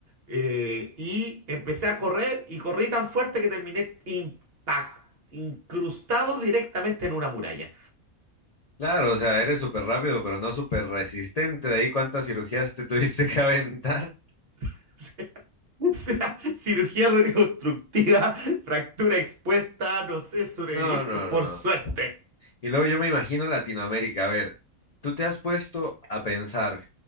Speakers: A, on the right; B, on the left.
A: eh, y empecé a correr y corrí tan fuerte que terminé impact, incrustado directamente en una muralla.
B: Claro, o sea, eres súper rápido, pero no súper resistente. De ahí cuántas cirugías te <laughs> tuviste que aventar.
A: <laughs> <laughs> O sea, cirugía reconstructiva, fractura expuesta, no sé, sobreviviste
B: No, no,
A: por
B: no.
A: suerte.
B: Y luego yo me imagino Latinoamérica. A ver, tú te has puesto a pensar